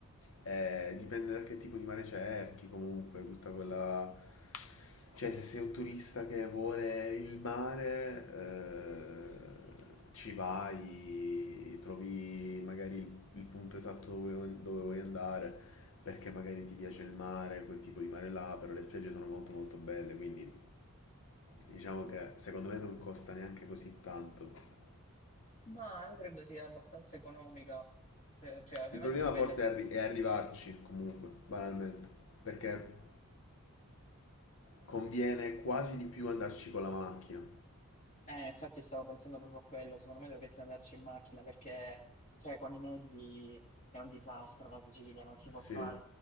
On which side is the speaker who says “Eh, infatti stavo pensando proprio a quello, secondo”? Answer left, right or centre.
Left